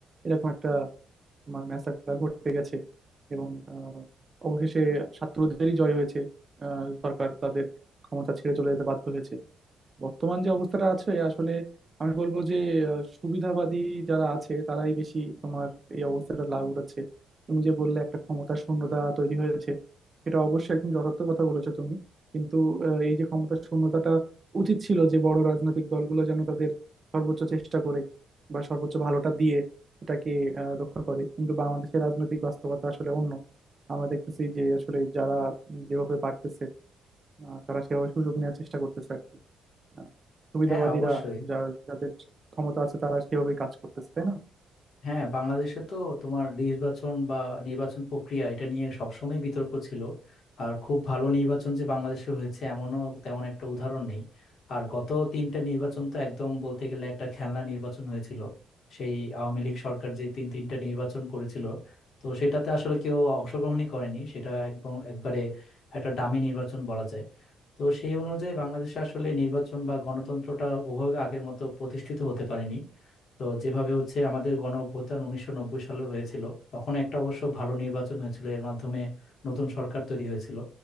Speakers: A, on the right; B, on the left.
A: এরকম একটা তোমার ম্যাসাকার ঘটে গেছে এবং আহ, অবশেষে ছাত্রদেরই জয় হয়েছে আহ, সরকার তাদের ক্ষমতা ছেড়ে চলে যেতে বাধ্য হয়েছে বর্তমান যে অবস্থাটা আছে আসলে আমি বলবো যে আহ, সুবিধাবাদী যারা আছে তারাই বেশি তোমার এই অবস্থাটা লাভ উঠাচ্ছে তুমি যে বললে একটা ক্ষমতার শূন্যতা তৈরি হয়েছে এটা অবশ্যই একদম যথার্থ কথা বলেছো তুমি কিন্তু আহ, এই যে ক্ষমতার শূন্যতাটা উচিত ছিল যে বড় রাজনৈতিক দলগুলো যেন তাদের সর্বোচ্চ চেষ্টা করে বা সর্বোচ্চ ভালোটা দিয়ে এটাকে আহ, রক্ষা করে কিন্তু বাংলাদেশের রাজনৈতিক বাস্তবতা আসলে অন্য আমরা দেখতেছি যে আসলে যারা উম, যেভাবে পারতেছে আহ, তারা সেভাবে সুযোগ নেওয়ার চেষ্টা করতেছে আর কি আহ, সুবিধাবাদীরা
B: হ্যাঁ অবশ্যই
A: যা যাদের ক্ষমতা আছে তারা সেভাবেই কাজ করতেছে তাই না
B: হ্যাঁ বাংলাদেশে তো তোমার নির্বাচন বা নির্বাচন প্রক্রিয়া এটা নিয়ে সবসময় বিতর্ক ছিল আর খুব ভালো নির্বাচন যে বাংলাদেশে হয়েছে এমনও তেমন একটা উদাহরণ নেই আর গত তিনটা নির্বাচন তো একদম বলতে গেলে একটা খেলনা নির্বাচন হয়েছিল সেই আওয়ামী লীগ সরকার যে তিন তিনটা নির্বাচন করেছিল তো সেটাতে আসলে কেউ অংশগ্রহণই করেনি সেটা একদম একবারে একটা ডামি নির্বাচন বলা যায় তো সেই অনুযায়ী বাংলাদেশে আসলে নির্বাচন বা গণতন্ত্রটা ওভাবে আগের মতো প্রতিষ্ঠিত হতে পারেনি তো যেভাবে হচ্ছে আমাদের গণ অভ্যুত্থান উনিশশো নব্বই সালে হয়েছিল তখন একটা অবশ্য ভালো নির্বাচন হয়েছিল এর মাধ্যমে নতুন সরকার তৈরি হয়েছিল